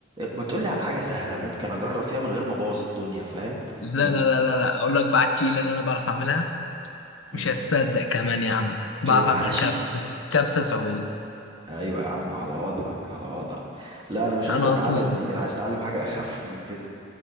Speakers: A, on the right; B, on the left.
A: ما تقولي على حاجة سهلة ممكن أجرب فيها من غير ما أبوظ الدنيا فاهم
B: لا
A: ومن
B: لا لا لا لا اقول لك بقى التقيله اللي انا بعرف اعملها
A: مم.
B: مش هتصدق كمان يا عم بعرف
A: إيه محاشي
B: اعمل كبسة كبسة سعود
A: أيوة يا عم على وضعك على وضعك لا أنا مش عايز
B: انا
A: أتعلم
B: اصلا
A: دي أنا عايز أتعلم حاجة أخف من كده